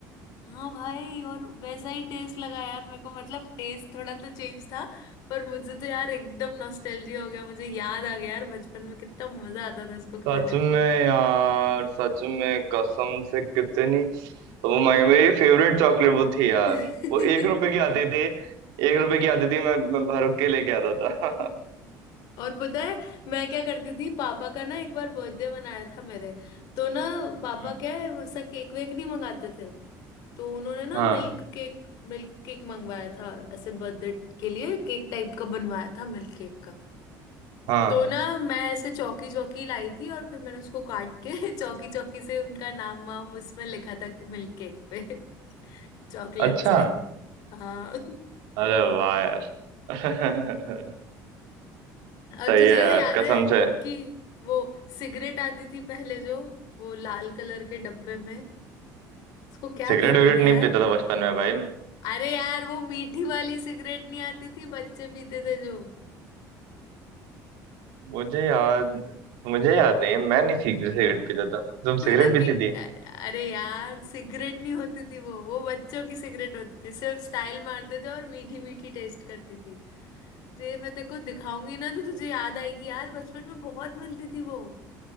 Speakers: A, on the left; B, on the right.
A: हाँ भाई और वैसा ही टेस्ट लगा यार मेरे को मतलब टेस्ट थोड़ा तो चेंज था पर मुझे तो यार एकदम नॉस्टैल्जिया हो गया मुझे याद आ गया यार बचपन में कितना मजा आता था इसको खाने
B: सच में
A: में
B: यार सच में कसम से कितनी तो वो मैं मेरी फेवरेट चॉकलेट वो थी यार
A: <laughs>
B: वो एक रुपए की आती थी एक रुपए की आती थी मैं, मैं भर के लेके आता था
A: और पता है मैं क्या करती थी पापा का ना एक बार बर्थडे मनाया था मेरे तो ना पापा
B: <laughs> हम्म
A: क्या है वैसा केक वेक नहीं मंगाते थे तो उन्होंने ना
B: हाँ
A: मिल्क केक मिल्क केक मंगवाया था ऐसे बर्थडे के लिए केक टाइप का बनवाया था मिल्क केक का
B: हाँ
A: तो ना मैं ऐसे चौकी चौकी लाई थी और फिर मैंने उसको काट के <laughs> चौकी चौकी से उनका नाम वाम उसमें लिखा था मिल्क केक पे <laughs> चॉकलेट
B: अच्छा
A: से हाँ <clears throat>
B: अरे वाह यार <laughs>
A: और
B: सही
A: तुझे
B: है यार
A: वो याद
B: कसम
A: है
B: से
A: कि वो सिगरेट आती थी पहले जो वो लाल कलर के डब्बे में उसको क्या
B: सिगरेट
A: कहते
B: विगरेट
A: थे
B: नहीं
A: यार
B: पीता था बचपन में भाई मैं
A: अरे यार वो मीठी वाली सिगरेट नहीं आती थी बच्चे पीते थे जो
B: मुझे याद मुझे याद नहीं है मैं नहीं सिगरेट सिगरेट पीता था तुम
A: तू
B: सिगरेट
A: ना
B: पीती
A: मिट
B: थी
A: अरे यार सिगरेट नहीं होती थी वो वो बच्चों की सिगरेट होती थी सिर्फ स्टाइल मारते थे और मीठी मीठी टेस्ट करती थी जे मैं तेरे को दिखाऊंगी ना तो तुझे याद आएगी यार बचपन में बहुत मिलती थी वो